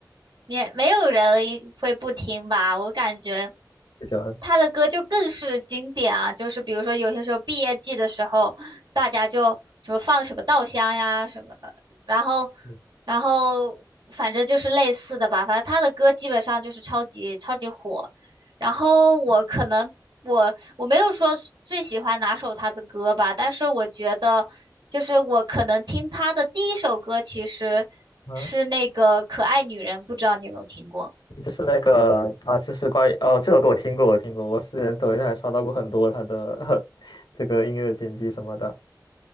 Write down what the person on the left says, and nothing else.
不喜欢
是
啊，
就是那个啊，就是关于哦，这首歌我听过，我听过，我是抖音上还刷到过很多他的 <laughs> 这个音乐剪辑什么的。